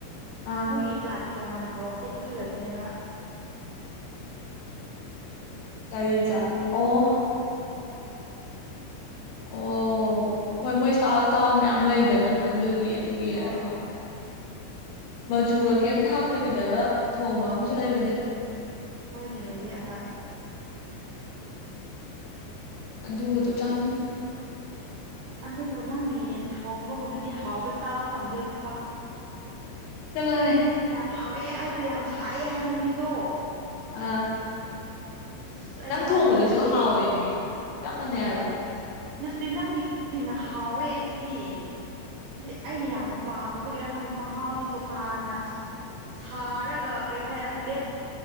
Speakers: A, on the left; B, on the right.
A: ꯑꯥ
B: ꯃꯣꯏꯒꯤ ꯖꯥꯠꯀꯤ ꯇꯣꯉꯥꯟꯅ ꯃꯣꯛ ꯑꯇꯦꯛꯄꯁꯨ ꯂꯩꯕꯅꯦꯕ
A: ꯀꯔꯤ ꯆꯥꯗ ꯑꯣ ꯑꯣ ꯍꯣꯏ ꯃꯣꯏ ꯏꯁꯇꯥꯥꯏꯜ ꯏꯁꯇꯥꯥꯏꯜ ꯃꯌꯥꯝ ꯂꯩꯗꯅ ꯑꯗꯨꯒꯤ ꯑꯗꯨꯒꯤ
B: ꯍꯣꯏ ꯍꯣꯏ
A: ꯃꯆꯨꯒ ꯀꯩꯝ ꯊꯥꯛꯇꯕꯤꯗꯒ ꯊꯣꯡꯕ ꯑꯃꯁꯨ ꯂꯩꯕꯅꯦ
B: ꯍꯣꯏꯅꯦ ꯂꯩꯌꯦ ꯍꯣꯏ
A: ꯑꯗꯨ ꯑꯗꯨꯣ ꯆꯥꯅꯤꯡꯉꯤ
B: ꯑꯗꯨꯕꯨ ꯅꯪꯅ ꯌꯦꯟ ꯊꯣꯡꯕꯒꯨꯝꯅꯗꯤ ꯍꯥꯎꯕ ꯆꯥꯕ ꯐꯪꯗꯦ ꯍꯧꯖꯤꯛꯐꯥꯎ
A: ꯆꯂꯣ ꯍꯥꯏꯦ
B: ꯍꯥꯎꯑꯦ ꯍꯥꯏꯕꯗꯨꯣ ꯌꯥꯝ ꯁꯥꯏꯑꯦ ꯍꯥꯏꯕ ꯅꯨꯃꯤꯠꯇꯣ
A: ꯑꯥ
B: ꯑꯁ
A: ꯅꯪ
B: ꯑꯩ ꯆꯥꯅꯤꯡꯉꯦ
A: ꯊꯣꯡꯕꯗꯨꯁꯨ
B: ꯑꯁꯦꯡꯕ
A: ꯍꯥꯎꯋꯦ ꯃꯤ ꯆꯞ ꯃꯥꯟꯅꯩ ꯍꯥꯏꯕ
B: ꯅꯠꯇꯦ ꯅꯪꯒꯤꯗꯤꯟꯅ ꯍꯥꯎꯋꯦ ꯑꯩꯒꯤꯗꯤ ꯑꯗꯨꯗꯤ ꯑꯩꯅ ꯌꯥꯝꯅ ꯄꯥꯝꯂꯨꯕꯒꯤꯔꯥ ꯈꯥꯟꯗꯤ ꯃꯍꯥꯛ ꯃꯍꯥꯎꯗꯣ ꯇꯣꯉꯥꯟꯅ ꯁꯥꯔꯒ ꯀꯔꯤ ꯍꯥꯏꯔ ꯂꯦꯞ